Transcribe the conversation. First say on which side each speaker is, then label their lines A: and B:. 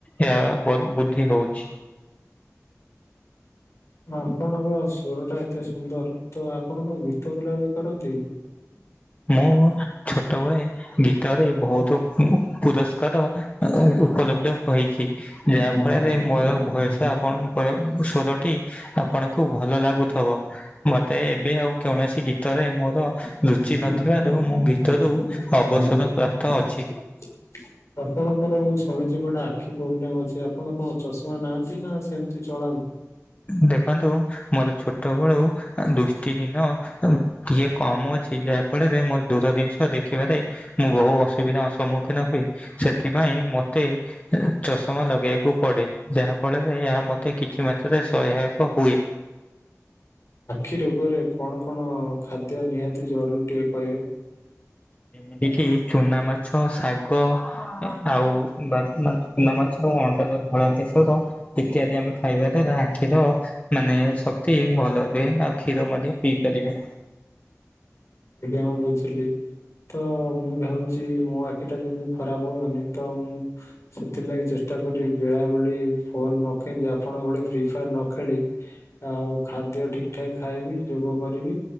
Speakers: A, on the left (about 25°); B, on the left (about 60°).
A: ଏହା ଵ ବୁଦ୍ଧି ହଉଛି।
B: ଆପଣଙ୍କ ସ୍ୱରଟା ଏତେ ସୁନ୍ଦର ତ ଆପଣ କଣଗୀତ ବୋଲା ବୋଲି କରନ୍ତି କି?
A: ମୁଁ ଛୋଟବେଳେ ଗୀତରେ ବହୁତ ପୁରସ୍କାର ଉପଲବ୍ଧ ହୋଇଛି ଯାହା
B: କି?
A: ଫଳରେ ମୋର ଭୟସ ଆପଣଙ୍କର ସ୍ୱର ଟି ଆପଣଙ୍କୁ ଭଲ ଲାଗୁଥିବ ମତେ ଏବେ ଆଉ କୌଣସି ଗୀତରେ ମୋର
B: ହଉ
A: ରୁଚି ନଥିବାରୁ ମୁଁ ଗୀତରୁ
B: <inaudible>
A: ଅବସର ପ୍ରାପ୍ତ ଅଛି।
B: ଆପଣଙ୍କର ମୁଁ ଶୁଣିଛି ଗୋଟେ ଆଖି ପ୍ରୋବ୍ଲେମ ଅଛି। ଆପଣ କଣ ଚଷମା ନାଆନ୍ତି ନା ସେମିତି ଚଳାନ୍ତି?
A: ଦେଖନ୍ତୁ ମୋର ଛୋଟବେଳୁ ଦୃଷ୍ଟିହୀନ ଟିକେ କମ ଅଛି ଯାହା ଫଳରେ ମୋ ଦୂର ଜିନିଷ ଦେଖିବାରେ ମୁଁ ବହୁ ଅସୁବିଧା ଅସୁ ସମ୍ମୁଖୀନ ହୁଏ ସେଥିପାଇଁ ମତେ ଚଷମା ଲଗେଇବାକୁ ପଡେ ଯାହା ଫଳରେ ଏହା ମତେ କିଛି ମାତ୍ରାରେ ସହାୟକ ହୁଏ।
B: ଆଖି ରୋଗରେ କଣ କଣ ଖାଦ୍ୟ ନିହାତି ଜରୁରୀ ଟିକେ କହିବେ?
A: ଏମିତି କି ଚୁନା ମାଛ ଶାଗ ଆଉ ବା ବା ଚୁନା ମାଛ ଅଣ୍ଡା ତ ଧଳା କେଶର ଇତ୍ୟାଦି ଆମେ ଖାଇବା ଦ୍ଵାରା ଆଖିର ମାନେ ସ କ୍ତି ଭଲ ରୁଏ ଆଉ କ୍ଷୀର ମଧ୍ୟ ପିଇ ପାରିବେ।
B: ଏବେ ଆଉ ବୁଝିଲି ତ ମୁଁ ଭାବୁ ଛି ମୋ ଆଖିଟା ଯେମି ଖରାପ ହବନି ତ ମୁଁ ସେଥିଲାଗି ଚେଷ୍ଟା କରିବି ବେଳା ବେଳି ଫୋନ୍ ନଖେଞ୍ଚି ଆପଣଙ୍କ ଭଳି ଫ୍ରି ଫାୟାର ନ ଖେଳି ଆଉ ଖାଦ୍ୟ ଠିକ୍ ଠାକ୍ ଖାଇବି ଯୋଗ କରିବି।